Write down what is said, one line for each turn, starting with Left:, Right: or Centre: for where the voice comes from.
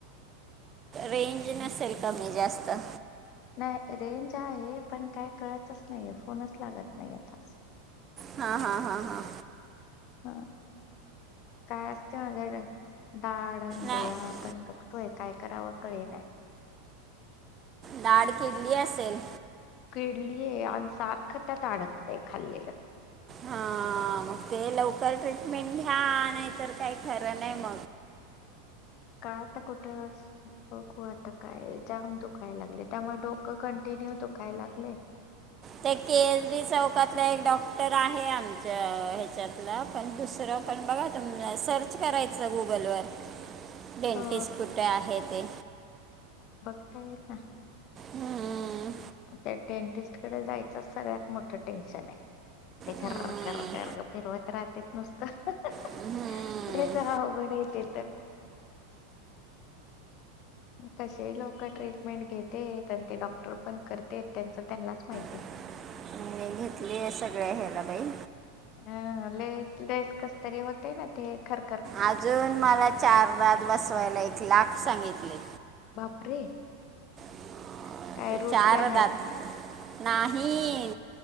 Right: रेंज नसेल कमी जास्त
Left: नाही रेंज आहे पण काय कळतच नाहीेहे फोनच लागत नाही आताच
Right: हा, हा, हा, हा
Left: हा काय असते माझ्याकड दाडण
Right: नाही
Left: डोळा आपण बघतोय काय कराव कळेनाय
Right: दाड किडली असेल.
Left: किडलीय आणि सारखं त्यात आडकतंय खाल्लेलं.
Right: हां मग ते लवकर ट्रीटमेंट घ्या नाहीतर काही खरं नाही म
Left: का आता कुठंच बघू आता काय जाम दुखाय लागलय त्यामुळ डोकं कंटिन्यू दुखाय लागलय.
Right: ते के. एस. बी चौकातल एक डॉक्टर आहे आमच्या ह्याच्यातला पण दुसरं पण बघा तुम्ही सर्च करायचं गुगल वर. डेंटिस्ट
Left: हो
Right: कुठे आहे ते
Left: ताई आहेत ना.
Right: हम्म,
Left: त्या डेंटिस्ट कडे जायचंच सगळ्यात मोठं टेन्शन आहे. ते
Right: हम्म,
Left: खरर खरर खर फिरवत राहतेेत नुसतं. <unintelligible>
Right: हम्म.
Left: अवघड ये ते तर. कशे लोकं ट्रीटमेंट घेतेत अन् ते डॉक्टर पण करतेत त्यांच त्यांनलाच माहित.
Right: <unintelligible> सगळ्या ह्याला बाई.
Left: हा लो लेस लेस कस तरी होते ना ते खर
Right: अजून मला चार दात बसवायला एक लाख सांगितले.
Left: <unintelligible>
Right: अं, चार
Left: कॅनल
Right: दात नाही.